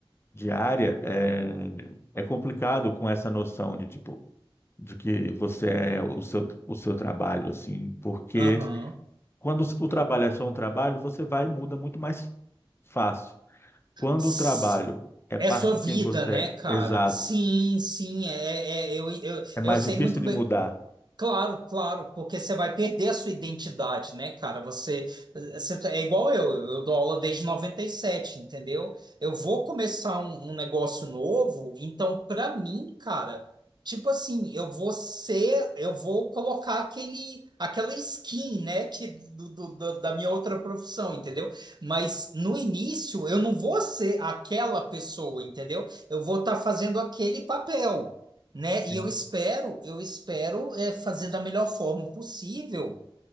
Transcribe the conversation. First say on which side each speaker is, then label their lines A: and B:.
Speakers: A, on the left; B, on the right.
A: de área, é, é complicado com essa noção de, tipo, de que você é o seu, o seu trabalho, assim, porque
B: Aham.
A: quando o trabalho é só um trabalho, você vai e muda muito mais fácil. Quando
B: S-
A: o trabalho é parte
B: É sua
A: de
B: vida,
A: quem você
B: né, cara?
A: é, exato,
B: Sim, sim, é, é- eu, eu,
A: é mais
B: eu sei
A: difícil
B: muito
A: de
B: bem.
A: mudar.
B: Claro, claro, porque você vai perder a sua identidade, né, cara? Você, você tá, é igual eu, eu dou aula desde 97, entendeu? Eu vou começar um, um negócio novo, então pra mim, cara, tipo assim, eu vou ser, eu vou colocar aquele, aquela skin, né, que do, do- do- da minha outra profissão, entendeu? Mas no início eu não vou ser aquela pessoa, entendeu? Eu vou estar fazendo aquele papel né?
A: Sim.
B: E eu espero, eu espero é, fazer da melhor forma possível,